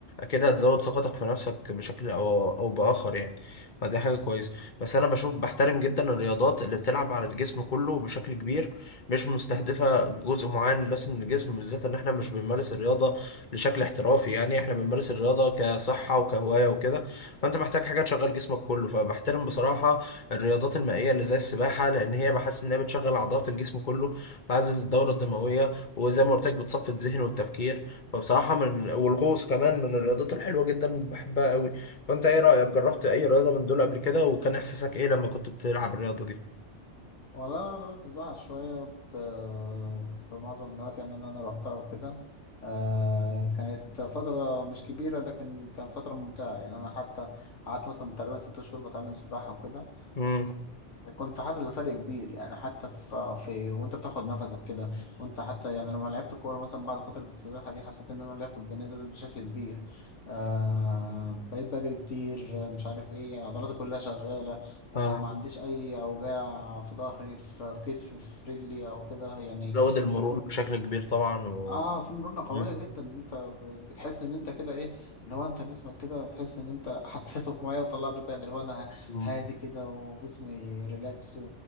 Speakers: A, on the left; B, on the left.
A: كده هتزود ثقتك في نفسك بشكل أو أو بآخر يعني فدي حاجة كويسة بس أنا بشوف بحترم جدا الرياضات اللي بتلعب على الجسم كله بشكل كبير مش مستهدفة جزء معين بس من الجسم بالذات إن إحنا مش بنمارس الرياضة لشكل احترافي يعني إحنا بنمارس الرياضة كصحة وكهواية وكده فأنت محتاج حاجة تشغل جسمك كله فبحترم بصراحة الرياضات المائية اللي زي السباحة لأن هي بحس إنها بتشغل عضلات الجسم كله بتعزز الدورة الدموية وزي ما قلت لك بتصفي الذهن والتفكير فبصراحة من والغوص كمان من الرياضات الحلوة جدا بحبها قوي فأنت إيه رأيك جربت أي رياضة من دول قبل كده وكان إحساسك إيه لما كنت بتلعب الرياضة دي؟
B: والله انا جربت السباحه شويه ب- في معظم النوادي يعني اللي انا روحتها وكده آه كانت فتره مش كبيره لكن كانت فتره ممتعه يعني انا حتى قعدت مثلا تقريبا ست شهور بتعلم سباحه وكده
A: امم
B: وكنت حاسس بفرق كبير يعني حتى في, في وانت بتاخد نفسك كده وانت حتى يعني لما لعبت كوره مثلا بعد فتره السباحه دي حسيت ان انا لياقتي البدنيه زادت بشكل كبير آه بقيت بجري كتير مش عارف ايه يعني عضلاتي كلها شغاله آه،
A: اه
B: ما عنديش اي اوجاع في ظهري في في كتفي في رجلي او كده يعني
A: زود المرونة
B: فاهم
A: بشكل كبير طبعا و
B: اه في مرونة قوية
A: مم.
B: جدا إن انت ب- بتحس ان انت كده ايه اللي هو انت جسمك كده تحس ان انت <laughs> حطيته في مية وطلعته تاني اللي هو انا
A: آه.
B: هادي كده وجسمي ريلاكس و...